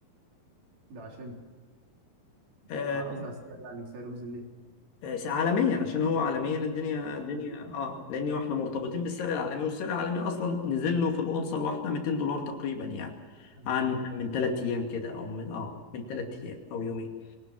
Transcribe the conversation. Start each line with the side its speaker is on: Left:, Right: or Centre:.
Right: ده عشان
Left: آه،
Right: آه، قصدي على السعر يعني سعر رموز الليل
Left: آه، عالميا عشان هو عالميا الدنيا
Right: عالميا
Left: الدنيا اه لان هو احنا مرتبطين بالسعر العالمي والسعر العالمي اصلا نزل له في الاونصه الواحده 200 دولار تقريبا يعني
Right: يا نهار
Left: عن
Right: ابيض
Left: من ثلاث ايام كده او من اه من ثلاث ايام او يومين